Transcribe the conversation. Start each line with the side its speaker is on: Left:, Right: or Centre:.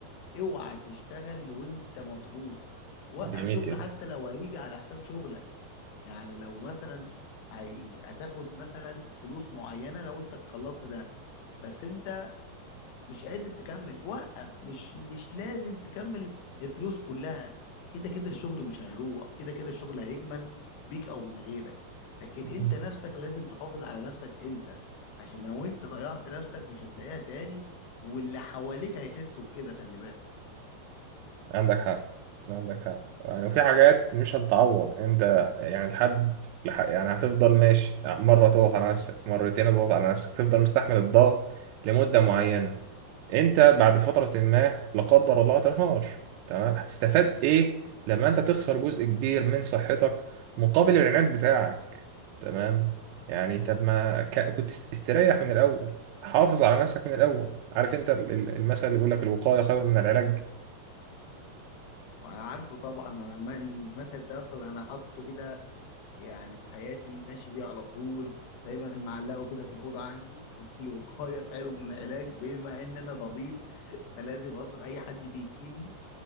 Left: اوعى تشتغل وانت مضغوط وقف
Right: جميل
Left: شغل
Right: جدا
Left: حتى لو هيجي على حساب شغلك يعني لو مثلا هي- هتاخد مثلا فلوس معينة لو انت خلصت ده بس انت مش قادر تكمل وقف مش مش لازم تكمل الفلوس كلها كده كده الشغل مش هيروح كده كده الشغل هيكمل بيك او من غيرك لكن
Right: مم.
Left: انت نفسك لازم تحافظ على نفسك انت عشان لو انت ضيعت نفسك مش هتلاقيها تاني واللي حواليك هيحسوا بكده خلي بالك
Right: عندك حق عندك حق يعني وفي حاجات مش هتتعوض انت يعني لحد لح... يعني هتفضل ماشي مره تضغط على نفسك مرتين تضغط على نفسك تفضل مستحمل الضغط لمده معينه انت بعد فتره ما لا قدر الله هتنهار تمام هتستفاد ايه لما انت تخسر جزء كبير من صحتك مقابل العناد بتاعك تمام يعني طب ما ك... كنت است- استريح من الاول حافظ على نفسك من الاول عارف انت ال- ال- المثل اللي بيقول لك الوقايه خير من العلاج
Left: وانا عارفه طبعا انا ما- المثل ده اصلا انا حاطه كده يعني في حياتي ماشي بيه على طول دايما معلقه كده في الاوضه عندي <laughs> إن الوقايه خير من العلاج بما ان انا طبيب فلازم اصلا اي حد بيجي لي